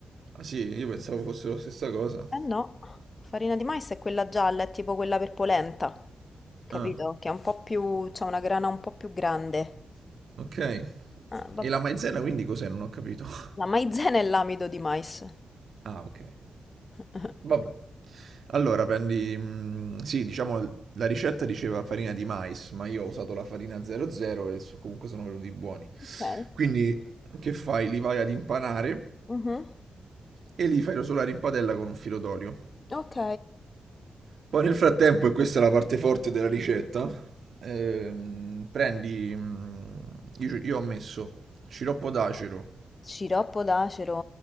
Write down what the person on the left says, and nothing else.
Eh no, farina di mais è quella gialla, è tipo quella per polenta, capito?
Che è un po' più, c'ha una grana un po' più grande.
Ah, vabbè.
La maizena e l'amido di mais.
<laughs>
Ok.
Mhm.
Ok.
Sciroppo d'acero.